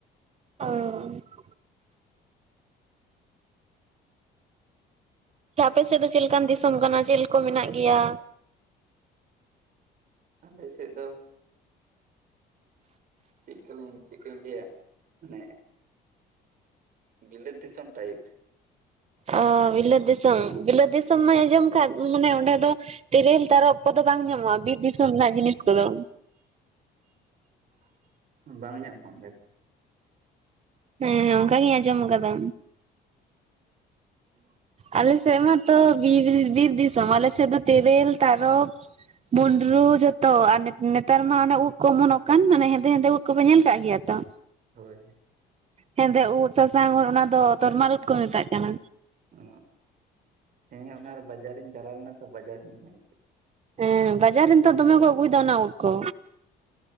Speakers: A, on the right; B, on the right.
A: ᱚ᱾ ᱟᱯᱮ ᱥᱮᱫ ᱫᱚ ᱪᱮᱫ ᱞᱮᱠᱟᱱ ᱫᱤᱥᱚᱢ ᱠᱟᱱᱟ ᱪᱮᱫ ᱠᱚ ᱢᱮᱱᱟᱜ ᱜᱮᱭᱟ?
B: ᱟᱞᱮᱥᱮᱫ ᱫᱚ ᱪᱮᱫ ᱠᱟᱹᱞᱤᱧ ᱪᱮᱫ ᱠᱚ ᱞᱮᱭᱟ ᱢᱟᱱᱮ ᱵᱤᱞᱟ. ᱛ ᱫᱤᱥᱚᱢ ᱴᱟᱭᱤᱯ᱾
A: ᱚ ᱵᱤᱞᱟᱹᱛ ᱫᱤᱥᱚᱢ ᱵᱤᱞᱟᱹ ᱫᱤᱥᱚᱢ ᱢᱟ ᱟᱸᱡᱚᱢ ᱠᱷᱟᱱ ᱢᱟᱱᱮ ᱚᱸᱰᱮ ᱫᱚ ᱛᱮᱨᱮᱞ ᱛᱟᱨᱚᱵ ᱠᱚᱫᱚ ᱵᱟᱝ ᱧᱟᱢᱚᱜᱼᱟ ᱵᱤᱨ ᱫᱤᱥᱚᱢ ᱨᱮᱱᱟᱜ ᱡᱤᱱᱤᱥ ᱠᱚᱫᱚ᱾
B: ᱵᱟᱝ ᱧᱟᱢᱚᱜᱼᱟ ᱚᱸᱰᱮ᱾
A: ᱦᱮᱸ ᱦᱮᱸ ᱚᱱᱠᱟᱟᱜᱮᱧ ᱟᱸᱡᱚᱢ ᱠᱟᱫᱟ᱾ ᱟᱞᱮ ᱥᱮᱫ ᱢᱟᱛᱚ ᱵᱤᱨ ᱵᱤᱨ ᱫᱤᱥᱚᱢ ᱟᱞᱮ ᱥᱮᱫ ᱫᱚ ᱛᱮᱨᱮᱞ, ᱛᱟᱨᱚᱵ ᱵᱩᱸᱰᱨᱩ ᱡᱷᱚᱛᱚ ᱟᱨ ᱱᱮᱛᱟᱨ ᱢᱟ ᱚᱱᱮ ᱩᱫᱽ ᱠᱚ ᱚᱢᱚᱱᱚᱜ ᱠᱟᱱ ᱢᱟᱱᱮ ᱦᱮᱸᱫᱮ ᱦᱮᱸᱫᱮ ᱩᱫᱽ ᱠᱚᱯᱮ ᱧᱮᱞ ᱠᱟᱜ ᱜᱮᱭᱟ ᱛᱚ?
B: ᱦᱳᱭ᱾
A: ᱦᱮᱸᱫᱮ ᱩᱫᱽ ᱥᱟᱥᱟᱝ ᱩᱫ ᱚᱱᱟ ᱫᱚ ᱛᱚᱨᱢᱟᱞ ᱩᱫᱽ ᱠᱚ ᱢᱮᱛᱟᱜ ᱠᱟᱱᱟ᱾
B: ᱚ ᱛᱮᱦᱮᱧᱚᱜ ᱚᱱᱟ ᱵᱟᱡᱟᱨᱤᱧ ᱪᱟᱞᱟᱣ ᱞᱮᱱᱟ ᱛᱚ ᱵᱟᱡᱟᱨᱤᱧ ᱧᱮᱞ ᱠᱮᱫᱟ᱾
A: ᱦᱮᱸ ᱵᱟᱡᱟᱨ ᱨᱮᱱ ᱱᱤᱛᱚ ᱫᱚᱢᱮ ᱠᱚ ᱟᱹᱜᱩᱭᱫᱟ ᱚᱱᱟ ᱩᱫᱽ ᱠᱚ᱾